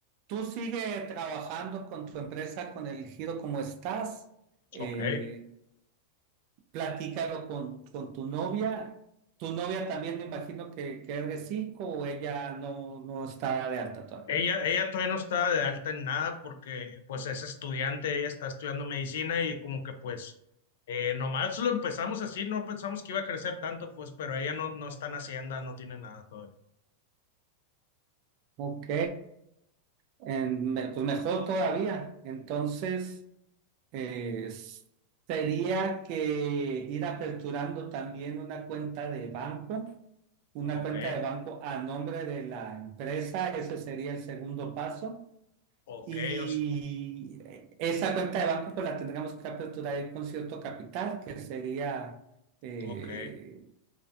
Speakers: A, on the right; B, on the left.
A: tú sigue trabajando con tu empresa, con el giro como estás. Eh,
B: Ok.
A: Platícalo con, con tu novia. Tu novia también me imagino que, que es de cinco o ella no, no está de alta todavía.
B: Ella, ella todavía no está de alta en nada porque pues es estudiante, ella está estudiando medicina y como que pues eh, nomás lo empezamos así, no pensamos que iba a crecer tanto, pues, pero ella no, no está en Hacienda, no tiene nada todavía.
A: Ok, en- me- pues mejor todavía. Entonces, eh, s- sería que ir aperturando también una cuenta de banco, una
B: Ok,
A: cuenta de banco a nombre de la empresa, ese sería el segundo paso.
B: ok,
A: Y
B: o s-
A: esa cuenta de banco pues la tendríamos que aperturar ahí con cierto capital, que sería eh,
B: ok.